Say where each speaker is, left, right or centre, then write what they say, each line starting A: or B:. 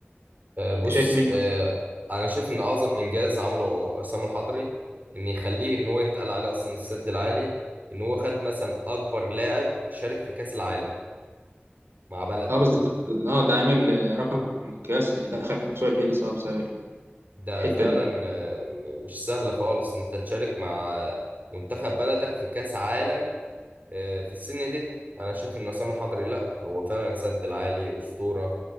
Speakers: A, on the right (about 45°); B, on the right (about 75°).
A: آه، بص
B: انت شايف مين
A: آه، انا شايف ان اعظم انجاز عمله عصام الحضري ان يخليه ان هو يتقال عليه اصلا السد العالي ان هو خد مثلا اكبر لاعب شارك في كأس العالم مع بلده
B: اه بالظبط اه ده عامل آه، رقم قياسي دخل في موسوعة جينيس اه بسبب
A: ده
B: الحتة
A: فعلا
B: دي
A: آه، م- مش سهل خالص إن انت تشارك مع منتخب بلدك في كاس عالم آه، في السن دي انا شايف ان عصام الحضري لا هو فعلا سد العالي اسطوره